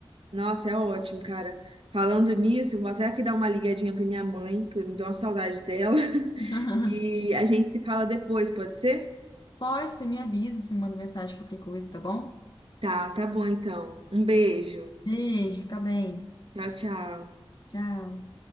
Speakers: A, on the right (about 70°); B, on the left (about 50°).
A: nossa, é ótimo, cara. Falando nisso, eu vou até aqui dar uma ligadinha pra minha mãe, que me deu uma saudade dela.
B: <laughs>
A: E a gente se fala depois, pode ser?
B: Pode, você me avisa, você me manda mensagem, qualquer coisa, tá bom?
A: Tá, tá bom então. Um beijo.
B: Beijo, fica bem.
A: Tchau, tchau.
B: Tchau.